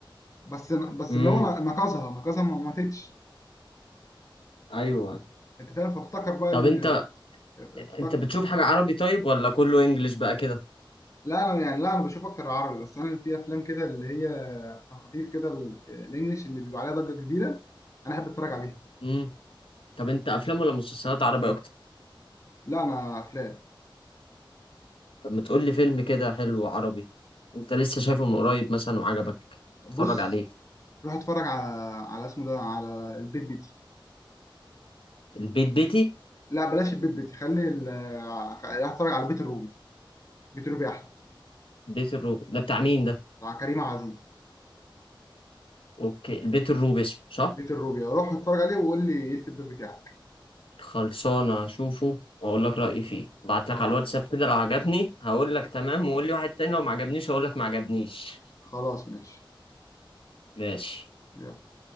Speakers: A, on the left; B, on the left.
A: بس بس
B: امم
A: اللي هو نقصها نقصها ما ماتتش
B: ايوه
A: انت فاهم فافتكر بقى
B: طب
A: ان
B: انت
A: افتكر
B: انت بتشوف حاجه عربي طيب ولا كله انجليش بقى كده
A: لا انا يعني لا انا بشوف اكتر العربي بس انا في افلام كده اللي هي تخاطيف كده ال- الانجليش اللي بيبقى عليها ضجه كبيره انا احب اتفرج عليها
B: امم طب انت افلام ولا مسلسلات عربي
A: لا انا افلام
B: طب ما تقول لي فيلم كده حلو عربي انت لسه شايفه من قريب مثلا وعجبك
A: طب
B: اتفرج
A: بص
B: عليه
A: روح اتفرج على على اسمه ده على البيت بيتي
B: البيت بيتي
A: لا بلاش البيت بيتي خلي ال... خ- روح اتفرج على بيت الروبي بيت الروبي احلى
B: بيت الروب ده بتاع مين ده
A: بتاع كريم عبد العزيز
B: اوكي البيت الروب اسمه صح
A: بيت الروبي روح اتفرج عليه وقول لي ايه الفيدباك بتاعك
B: خلصانه اشوفه واقول لك رايي فيه ابعت
A: خلاص
B: لك على الواتساب كده لو عجبني هقول لك تمام وقول لي واحد تاني لو ما عجبنيش هقول لك ما عجبنيش
A: خلاص ماشي
B: ماشي
A: يلا